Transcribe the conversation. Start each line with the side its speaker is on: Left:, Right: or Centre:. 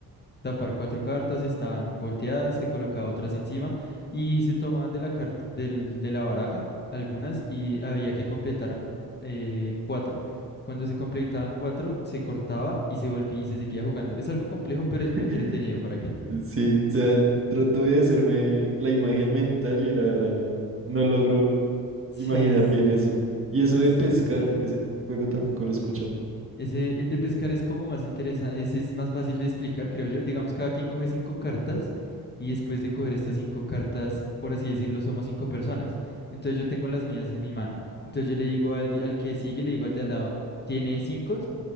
Left: tapar cuatro cartas, estaban volteadas, se colocaba otras encima y se tomaban de la cart- del- de la baraja algunas y había que completar eh, cuatro. Cuando se completaban cuatro, se cortaba y se volvía y se seguía jugando. Es algo complejo, pero
Right: <laughs>
Left: es muy entretenido para qué.
Right: Sí, o sea, trato de hacerme la imagen mental y la verdad no, no logro
Left: Sí,
Right: imaginar bien eso. Y eso
Left: es,
Right: de pescar, ese juego tampoco lo he escuchado.
Left: Ese, el de pescar es como más interesante, ese es más fácil de explicar, creo yo. Digamos, cada quien coge cinco cartas y después de coger estas cinco cartas, por así decirlo, somos cinco personas. Entonces yo tengo las mías en mi mano. Entonces yo le digo al, al que sigue, le digo al de al lado, ¿tiene cinco?